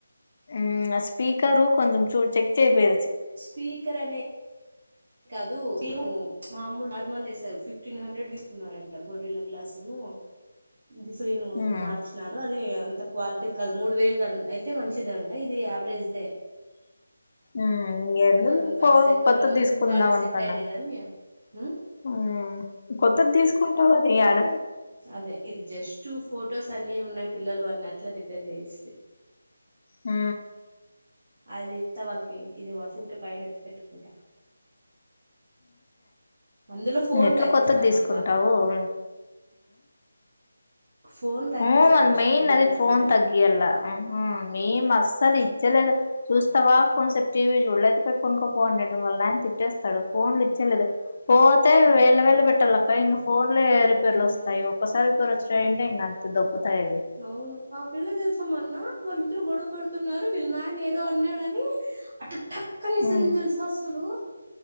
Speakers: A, on the left (about 40°); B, on the right (about 45°).
A: ఉ ఆ స్పీకరు కొంచం చూడ్ చెక్ చేపిరి
B: స్పీకర్ అనే కాదు ను మామూల్ నార్మల్ దేసారు. ఫిఫ్టీన్ హండ్రెడ్ తీసుకున్నారంట గొర్రెల గ్లాసు ను ది స్క్రీన్
A: మ్మ్
B: మార్చ్ నారు అది అంత క్వాలిటీది కాదు మూడు వేలుదన్ అయితే మంచిది అంట ఇది యావరేజ్ దే
A: ఇంగ ఎందు
B: అదంతా
A: కో
B: సెట్
A: కొత్తది
B: అవ్వలే ముందుది
A: తీస్ కుందాం
B: బాగానే సెట్
A: అనుకున్న
B: అయింది కానీ ఉమ్,
A: ఆ కొత్తది తీసుకుంటవు అది యాడ
B: అదే ఇది జస్ట్ ఫొటోస్ అన్ని ఉన్నయి పిల్లలు అన్నీ అట్ల రిపేర్ చేయిస్తి.
A: ఆ
B: అదిత్త వాళ్కి ఇది వత్తుకే కాదు పైన ఎత్తి పెట్టుకుంటా. అందులో ఫోన్
A: ఎట్ల
B: తగ్గిస్తాను
A: కొత్తది ధీసుకుంటవు
B: అబ్బా
A: ఉ
B: ఫోన్ తగ్గిస్తా
A: అవును మల్
B: ఫస్ట్
A: మెయిన్
B: పిల్లలకి
A: అదే
B: ఇచ్చేదే
A: ఫోన్ తగ్గియల్లా ఆహా మేము అస్సలు ఇచ్చలేదు చూస్తావా కొంసేప్ టీవీ చూడు లేకపోతే పన్కొ పో ఉండట వాల్ నాయన తిట్టేస్తాడు ఫోన్లు ఇచ్చేలేదు. పోతే వేలు వేలు పెట్టాలక్క ఇంగ పోన్లే రీపేర్లొస్తాయి
B: ఉమ్
A: ఒకసారి రీపేరోచినాయంటే ఇంగ అంతే దొబ్బుతాయి అవి.
B: అవును ఆ పిల్ల తెల్స మొన్నా వాళ్లిద్దరూ గొడవ పడుతున్నారు విల్ నాయన ఏదో అన్నాడనీ అట టక్కని ఇసిరింది
A: ఉమ్
B: తెల్సా అసలు